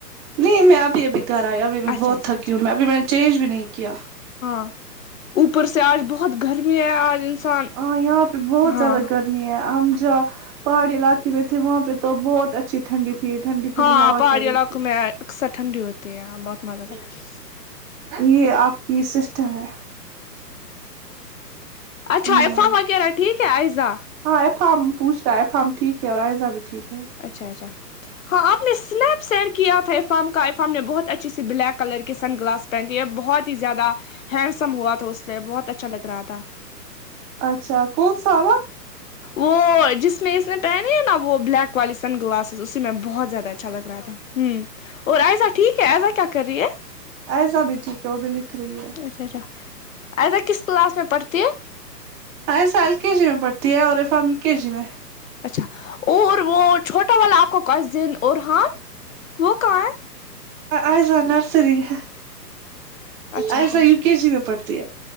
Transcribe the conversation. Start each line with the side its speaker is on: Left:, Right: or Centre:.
Right: نہیں میں ابھی ابھی گھر آئی ابھی ابھی
Left: اچھا
Right: بہت
Left: اچھا
Right: تھکی
Left: اچھا
Right: ہوں میں ابھی میں نے چینج بھی نہیں کیا
Left: ہاں اوپر سے آج بہت گرمی ہے آج انسان
Right: ہاں یہاں پہ بہت
Left: ہاں
Right: زیادہ گرم ہم جہاں پہاڑی علاقے میں تھے وہاں پہ تو بہت اچھی ٹھنڈی تھی ٹھنڈی ٹھنڈی
Left: ہاں
Right: ہوا
Left: پہاڑی
Right: چل رہی
Left: علاقوں میں اکثر ٹھنڈی ہوتی ہے بہت مزہ آتا ہے
Right: <unintelligible> یہ آپ کی سسٹر ہے
Left: اچھا
Right: عمرانی
Left: عفام وغیرہ ٹھیک ہے آیزا
Right: ہاں ایفام پوچھ رہا ہے ایفام ٹھیک ہے اور آئزہ بھی ٹھیک ہے
Left: اچھا اچھا ہاں آپ نےاسنیپ سینڈ کیا تھا ایفام کا ایفام نے بہت ا چھ سے بلیک کلر کے سن گلاس پہنے بہت ہی زیادہ ہینڈسم ہوا تھا اس میں بہت اچھا لگ رہا تھا
Right: اچھا کون سا والا
Left: وہ جس میں اس نے پہنی ہے نا وہ بلیک کالی سن گلاسز اسی میں بہت زیادہ اچھا لگ رہا تھا ہوں اور ایزا ٹھیک ہے ایزا کیا کر رہی ہے
Right: ایزا بھی ٹھیک ہے وہ بھی لکھ رہی ہے
Left: اچا چا ایزا کس کلاس میں پڑتی ہے
Right: ایزا ایل کے جی میں پڑتی ہے اور ایفہاں یو کے جی میں
Left: اچھا اور وہ چھوٹا والا آپ کو کزن اورحان وہ کہاں ہے
Right: ایزا نرسری ہے
Left: اچھا
Right: ایزا
Left: اچھا
Right: یو کے جی میں پڑھتی ہے